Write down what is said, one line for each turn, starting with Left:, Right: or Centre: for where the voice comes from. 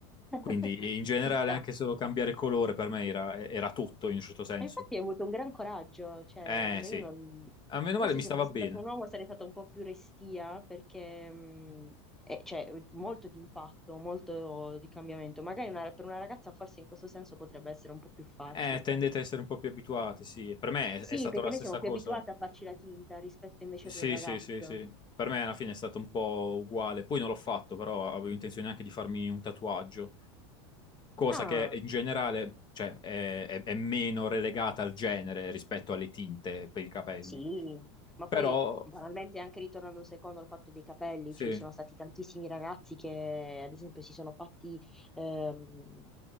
Centre: <laughs>
Left: Quindi, in generale,
Centre: Ci sta.
Left: anche solo cambiare colore per me era, era tutto, in un certo senso.
Centre: E infatti hai avuto un gran coraggio, cioè
Left: Eh,
Centre: no,
Left: sì.
Centre: io non...
Left: A meno
Centre: Forse
Left: male mi
Centre: se
Left: stava
Centre: fossi
Left: bene.
Centre: stato un uomo sarei stata un po' più restia perché mm, eh, c'è molto di impatto, molto di cambiamento. Magari una- per una ragazza forse in questo senso potrebbe essere un po' più facile.
Left: Eh, tendete a essere un po' più abituati, sì. Per me
Centre: Sì,
Left: è, è stata
Centre: perché
Left: la
Centre: noi
Left: stessa
Centre: siamo più
Left: cosa.
Centre: abituati a farci la tinta rispetto invece
Left: Sì,
Centre: ad un ragazzo.
Left: sì, sì, sì. Per me alla fine è stato un po' uguale. Poi non l'ho fatto, però avevo intenzione anche di farmi un tatuaggio, cosa
Centre: Ah,
Left: che in generale, cioè, è, è- è meno relegata al genere rispetto alle tinte per i capelli.
Centre: Sì, ma
Left: Però,
Centre: poi banalmente anche ritornando un secondo al fatto dei capelli,
Left: sì,
Centre: ci sono stati tantissimi ragazzi che ad esempio si sono fatti ehm,